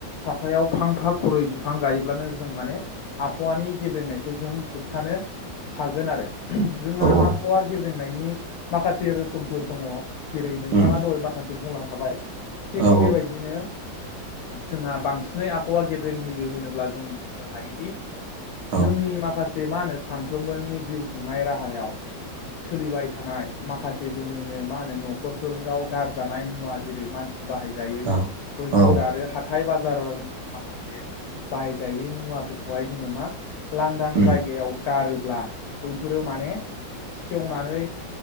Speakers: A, on the left; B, on the right.
A: साफायाव फांफा खुरै बिफां गायोब्लानो जों माने आबहाववानि गेब्रेंनायखौ जों होबथानो - हागोन आरो जोंहा
B: औ
A: आबहावा गेब्रेंनायनि माखासे रोखोमफोर दङ। जेरै नोंथाङा
B: उम
A: दहाय माखासे बुंलांखाबाय थिग
B: औ
A: बेबायदिनो जोंहा बांसिनै आबहावा गेब्रें होयो होनोब्ला जों बुंनो हायोदि।
B: औ
A: जोंनि माखासे मा होनो सानफ्रोमबोनि जिउ खुंनाय राहायाव सोलिबाय थानाय। माखासे जोंनिनो मा होनो न'खरफोराव गारजानाय मुवा जेरै मानसि बाहायजायै
B: औ
A: बैफोर
B: औ
A: आरो हाथ हाइ बाजारनि माखासे बाहायजायै मुवाफोरखौहाय जोङो मा? लांदां
B: उम
A: जायगायाव गारोब्ला बैफोरो माने - सेवनानै